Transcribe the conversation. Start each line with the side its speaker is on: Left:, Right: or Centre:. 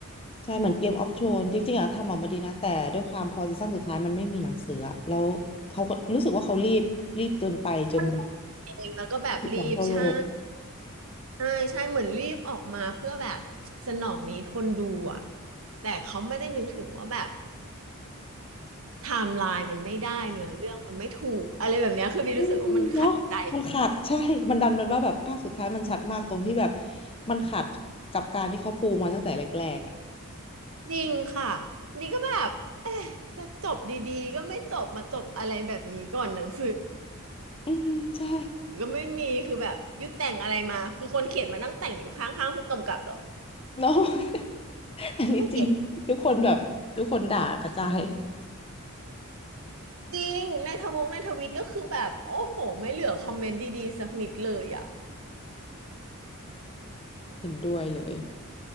Left: ใช่เหมือนเกมออฟโทนจริงๆอะทำออกมาดีนะแต่ด้วยความพอซีซั่นสุดท้ายมันไม่มีหนังสืออะแล้วเขาก็รู้สึกว่าเขารีบรีบเกินไปจนแบบ
Right: มันเองแล้วก็แบบรีบใช่
Left: ผิดหวังทั่วโลก
Right: ใช่ใช่เหมือนรีบออกมาเพื่อแบบสนองนี้คนดูอ่ะแต่เขาไม่ได้นึกถึงว่าแบบ ไทม์ไลน์มันไม่ได้เนื้อเรื่องมันไม่ถูกอะไรแบบเนี้ยคือบีรู้สึกว่ามันขัดใจ
Left: อืมเนาะมันขาดใช่ มันดันมันว่าแบบภาคสุดท้ายมันชัดมากตรงที่แบบมันขัดกับการที่เขาปูมาตั้งแต่แรกๆอะ
Right: จริงค่ะบีก็แบบเอ๊ะจะจบดีๆก็ไม่จบมาจบอะไรแบบนี้ก่อนหนังสือ
Left: อืมใช่
Right: ก็ไม่มีคือแบบยุดแต่งอะไรมาคือคนเขียนมานั่งแต่งอยู่ข้างๆผู้กำกับเหรอ
Left: เนาะ <laughs> อันนี้จริงทุกคนแบบทุกคนด่ากระจาย
Right: ไม่เก็ตจริงในทวงในทวิตก็คือแบบโอ้โหไม่เหลือคอมเมนต์ดีๆสักนิดเลยอ่ะ
Left: เห็นด้วยเลย